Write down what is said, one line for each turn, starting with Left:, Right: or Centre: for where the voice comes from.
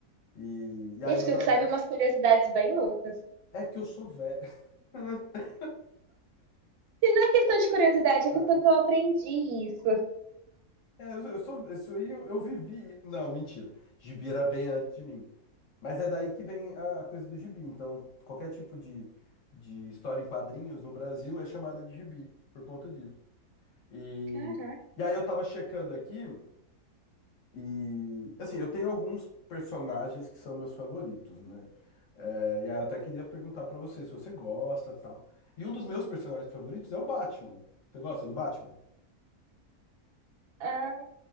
Left: E, e aí
Right: Gente,
Left: no
Right: tu
Left: Brasil.
Right: que sabe umas curiosidades bem loucas.
Left: É que eu sou velho. <laughs>
Right: E não é questão de curiosidade, é
Left: Cara.
Right: questão que eu aprendi isso.
Left: É, eu sou, isso aí eu, eu vivi. Não, mentira. Gibi era bem antes de mim. Mas é daí que vem a, a coisa do gibi. Então, qualquer tipo de, de história em quadrinhos no Brasil é chamada de gibi, por conta disso. E,
Right: Caraca.
Left: e aí eu tava checando aqui. E assim, eu tenho alguns personagens que são meus favoritos, né? É, e aí eu até queria perguntar pra você se você gosta, tal. E um dos meus personagens favoritos é o Batman. Você gosta do Batman?
Right: Ah,